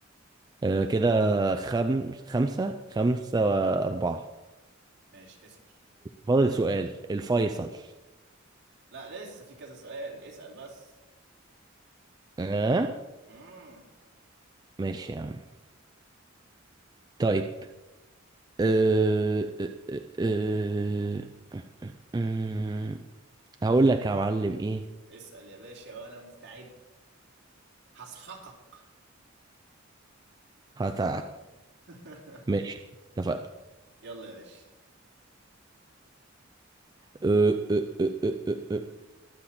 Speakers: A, on the right; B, on the right.
A: آه، كده خم... خمسة خمسة وأربعة
B: ماشي اسأل
A: فاضل سؤال الفيصل
B: لا لسه في كذا سؤال اسأل بس
A: آه
B: مم.
A: ماشي يا عم طيب أه... أه... أه... أه... هقول لك يا معلم إيه
B: اسأل يا باشا وأنا مستعد هسحقك
A: هت...
B: <laughs>
A: <laughs> ماشي اتفقنا
B: يلا يا باشا
A: أه... أه... أه... أه... أه...